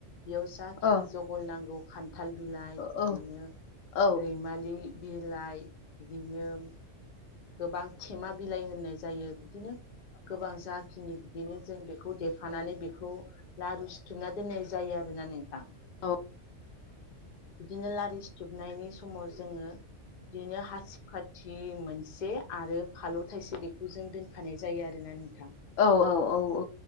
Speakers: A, on the left; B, on the left.
A: बेयाव जाखिनि
B: औ
A: जगल नांगौ खान्थाल बिलाइ
B: औ
A: बिदिनो
B: औ औ
A: रैमालि बिलाइ बिदिनो गोबां खेमा बिलाइ होननाय जायो बिदिनो गोबां जा खिनि बिदिनो जों बेखौ देफानानै बेखौ लारु सिथुमना दोननाय जायो आरोना नोंथां
B: औ
A: बिदिनो लारि सिथोबनायनि समाव जोङो बिदिनो हासिबखाथि मोनसे आरो फालौ थाइसे बेखौ जों दोन होफानाय जायो आरोना नोंथां
B: औ औ औ औ